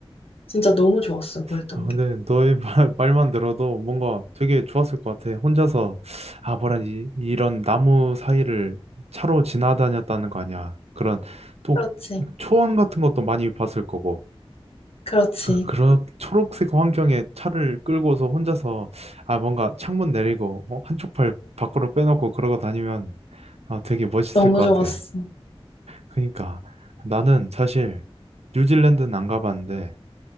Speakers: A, on the left; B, on the right.
A: 진짜 너무 좋았어. 그랬던
B: 아, 근데
A: 게.
B: 너의 말, <laughs> 말만 들어도 뭔가 되게 좋았을 것 같아. 혼자서, 아, 뭐라지, 이런 나무 사이를 차로 지나다녔다는 거 아니야. 그런, 또,
A: 그렇지.
B: 초원 같은 것도 많이 봤을 거고.
A: 그렇지.
B: 그, 그런 초록색 환경에 차를 끌고서 혼자서, 아, 뭔가 창문 내리고, 어? 한쪽 팔 밖으로 빼놓고 그러고 다니면, 아, 되게 멋있을
A: 너무
B: 것
A: 좋았어.
B: 같아. 그러니까, 나는 사실, 뉴질랜드는 안 가봤는데,